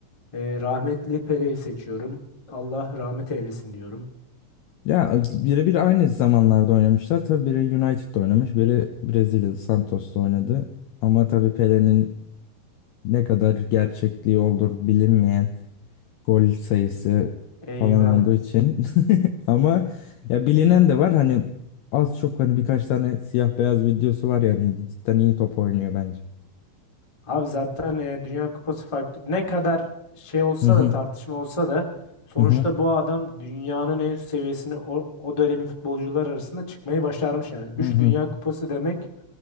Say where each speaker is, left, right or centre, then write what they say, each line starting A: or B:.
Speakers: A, on the left; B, on the left.
A: e, rahmetli Pele'yi seçiyorum. Allah rahmet eylesin diyorum.
B: Ya birebir aynı zamanlarda oynamışlar. Tabii biri United'da oynamış, biri Brezilya'da Santos'ta oynadı. Ama tabii Pele'nin ne kadar gerçekliği olur bilinmeyen gol sayısı
A: Eyvah.
B: falan olduğu için <laughs> ama ya bilinen de var hani az çok hani birkaç tane siyah beyaz videosu var yani cidden iyi top oynuyor bence.
A: Abi zaten e, Dünya Kupası farklı. Ne kadar şey olsa
B: Hı hı
A: da tartışma olsa da sonuçta
B: hı hı
A: bu adam dünyanın en üst seviyesine o, o dönemin futbolcular arasında çıkmayı başarmış yani. üç
B: hı hı.
A: Dünya Kupası demek